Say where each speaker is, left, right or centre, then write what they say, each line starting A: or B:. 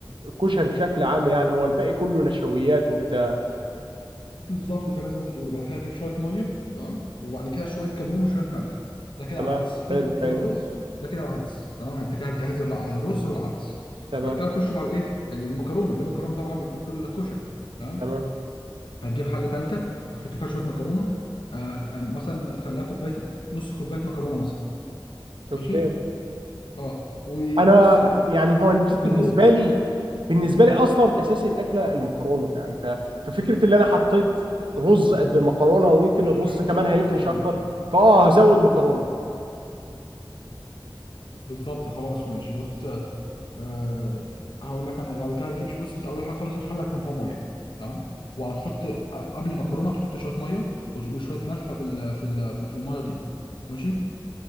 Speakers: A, on the right; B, on the left.
A: الكشري بشكل عام يعني هو الباقي كله نشويات وبتاع
B: بالظبط فعلا زي ما انت بتقول وبعد كده هتجيب شويه ميه تمام وبعد كده شويه كمون وشويه ملح ده كده
A: تمام
B: العدس فوق
A: حلو
B: احنا
A: حلو
B: قلنا الرز ده كده العدس تمام انت كده هتجهز الع- الرز والعدس
A: تمام
B: بعد كده نخش على الايه المكرونه في مكرونه طبعا بيكون في الكشري تمام
A: تمام
B: هتجيب حله ثالثه هتحط فيها شويه مكرونه آه خ- آه، مثلا خليها كوبايه نص كوبايه مكرونه مثلا ماشي
A: اوكي
B: اه وبص
A: انا
B: حط
A: يعني هو
B: الاول
A: بالنسبه لي
B: بص
A: بالنسبه
B: امم
A: لي اصلا اساسي الاكله المكرونه يعني ف... ففكره اللي انا حطيت رز قد المكرونه وممكن
B: شكلك
A: الرز
B: بتحب
A: كمان
B: المكرونه
A: هيفرش اكتر
B: يعني
A: فاه هزود مكرونه
B: بالظبط خلاص ماشي بص أه هقول لك انا إيه، بعد كده هتجيب بص انت اول حاجه خالص الحله هيكون فيها ميه تمام وهتحط آه، قبل مكرونه تحط شويه ميه وش- وشويه ملح في ال في ال في الميه دي ماشي